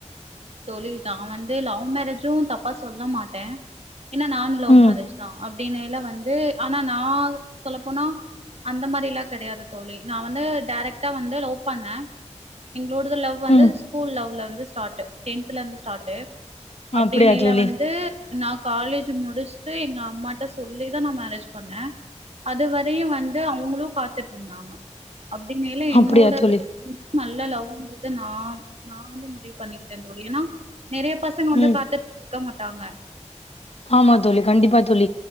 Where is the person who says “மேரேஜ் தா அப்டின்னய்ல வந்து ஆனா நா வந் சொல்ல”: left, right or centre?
Right